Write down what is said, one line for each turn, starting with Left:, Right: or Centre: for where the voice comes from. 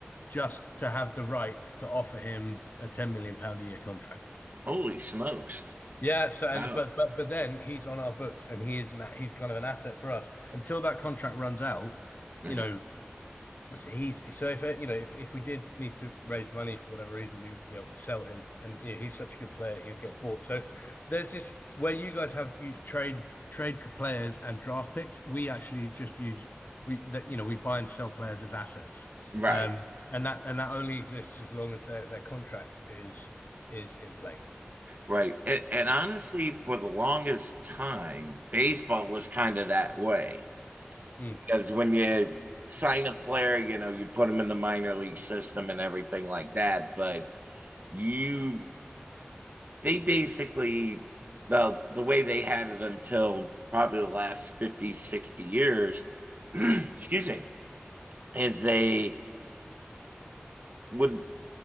Left: just to have the right to offer him a 10 million pound a year contract.
Right: Holy smokes.
Left: Yeah, so and
Right: Oh,
Left: but but but then he's on our books and he is an he's kind of an asset for us until that contract runs out.
Right: uh-huh.
Left: You know, so He's so if uh, you know if if we did need to raise money for whatever reason, we would be able to sell him, and yeah, he's such a good player, he would get bought. So there's this where you guys have used trade trade players and draft picks. We actually just use we that you know we buy and sell players as assets,
Right: right,
Left: um, and that and that only exists as long as their their contract is is in play.
Right: right. And, and honestly, for the longest time, baseball was kind of that way
Left: Mm,
Right: because when you sign a player, you know, you put them in the minor league system and everything like that. But you, they basically, well, the way they had it until probably the last 50, 60 years, <clears throat> excuse me, is they would